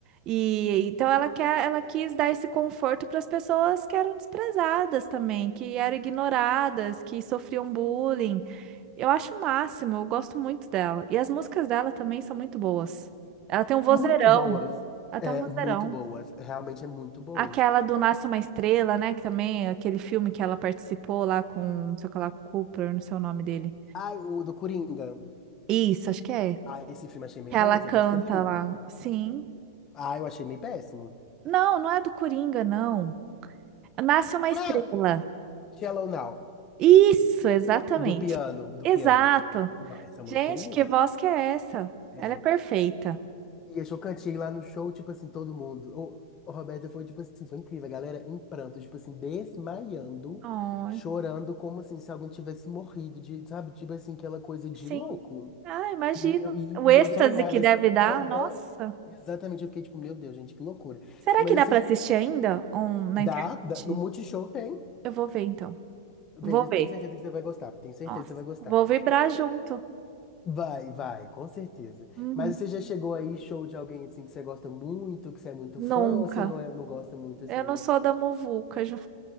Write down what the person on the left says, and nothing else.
Muito boas.
É,
muito boas. Realmente é muito boas.
Ai, o do Coringa.
Ah, esse filme achei meio
ruim, você
gostou, viu?
Ah, eu achei meio péssimo.
Ah,
Shallow Now.
Do piano, do
piano. Não, essa
música é linda.
É.
E eu cantei lá no show, tipo assim, todo mundo. O, o Roberto foi, tipo assim, foi incrível. A galera em pranto, tipo assim, desmaiando,
chorando, como assim, se alguém tivesse morrido, de, sabe? Tipo assim, aquela coisa de
louco.
E eu, e,
e eu só olhava
assim,
aham,
exatamente. Eu fiquei tipo, meu Deus, gente, que loucura.
Mas
vocês,
dá,
dá, no Multishow tem.
Veja,
tenho certeza que você vai gostar. Tenho certeza
que você vai gostar.
Vai, vai, com certeza.
Mas você já chegou aí, show de alguém assim que você gosta muito, que você é muito
fã, ou você não, é, não gosta muito assim?